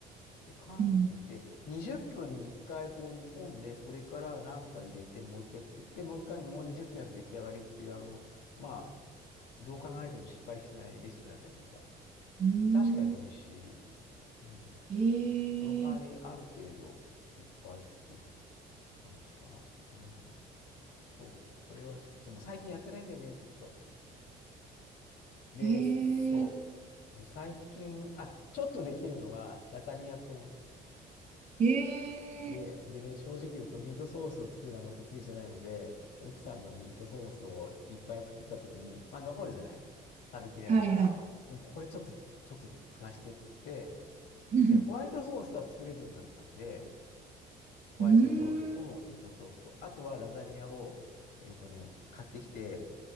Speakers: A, on the left; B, on the right.
A: で、缶を入れて、
B: うん
A: 20分に1回こう煮込んで、それからなんか入れて、もう一回ひっくり、で、もう一回、もう20分やると出来上がりっていう、あの、まあ、どう考えても失敗しないレシピなんだけどさ。
B: うん。
A: 確かに美味しい。
B: ーん。
A: うん、
B: へ
A: そうそう。その代わり、
B: え。
A: ある程度いっぱい作る感じかな。うん。そうそう。それは好き、でも最近やってないんだよね、ずっと。で、
B: へ
A: そ
B: え。
A: う。で、最近、あ、ちょっとできるのが、ラザニアくん。
B: へ
A: で、
B: え。
A: でね、正直言うとミートソースを作るのはあんま得意じゃないので、奥さんがミートソースをいっぱい作った時に、まあ残るじゃない食べきれないから、
B: はいはい。
A: うんこれちょっと、ちょっと使わせてっつって、
B: <laughs>
A: で、ホワイトソースは作れるようになったんで、ホワイトソースとミートソースと、
B: うーん。
A: あとはラザニアを、えっとね、買ってきて、